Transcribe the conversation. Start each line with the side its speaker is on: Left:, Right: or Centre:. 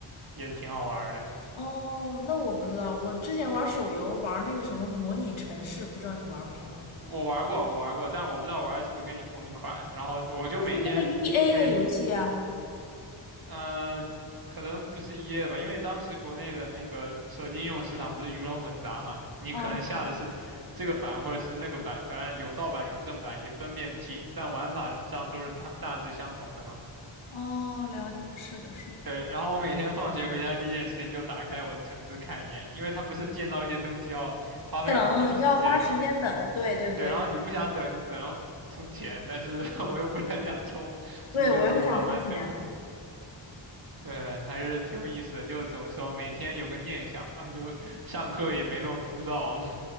Right: 也挺好玩儿的。
Left: 哦，那我不知道，我之前玩手游玩那个什么模拟城市，不知道你玩没玩过？
Right: 我玩过，我玩过，但我不知道玩的是不是跟你同一款。然后我就每天每
Left: 就是那个 EA 的游戏啊，
Right: 呃，可能不是一 a 的吧，因为当时国内的那个手机应用市场不是鱼龙混杂嘛，你可能下的是这个版或者是那个版，
Left: 嗯，
Right: 反正有盗版有正版也分辨不清，但玩法上都是大大致相同的嘛。
Left: 哦，了解，是的，是的，
Right: 对，然后我每天放学回家第一件事情就打开我的城市看一眼，因为它不是建造一些东西要花费很长时间嘛。
Left: 等要花时间等，对对对，
Right: 对，然后你不想等，你只能充钱，但是 <laughs> 我又不是很想充，所以就只能慢慢等。
Left: 对我又不想充钱。
Right: 对，还是挺有意思的，就怎么说，每天有个念想吧，就上课也没那么枯燥了